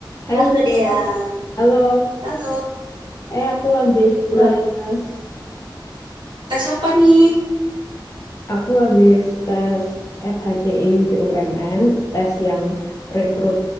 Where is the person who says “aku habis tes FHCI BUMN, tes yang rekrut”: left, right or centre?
Left